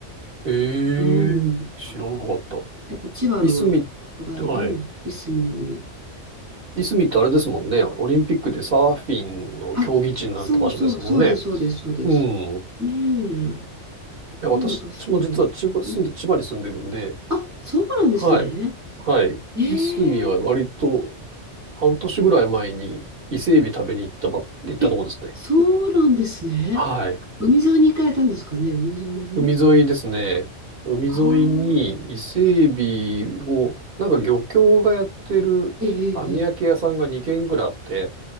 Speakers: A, on the right; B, on the right.
A: ええ。
B: うん。
A: 知らなかった。
B: やっぱ千葉の広大、
A: いすみ、はい。
B: うん、いすみに。
A: いすみってあれですもんね。オリンピックでサーフィンの競技地になった場所ですもんね。
B: あ、そうそう、そうです、そうです、そうです。
A: うん。い
B: ねえ、
A: や、私も実は千葉、
B: なんだかすごい。
A: 住んで、
B: うん。
A: 千葉に住んでるんで、
B: あ、そうなんですね。
A: はい。はい。
B: え
A: いすみは割と半年ぐらい前に伊勢海老食べに行ったば、行ったとこですね。
B: ええ、そうなんですね。
A: はい。
B: 海沿いに行かれたんですかね、海沿いの辺
A: 海沿いですね。海沿いに伊勢海老を、
B: はあ、
A: なんか漁協がやってる網焼き屋さんが2軒ぐらいあって、
B: ええええ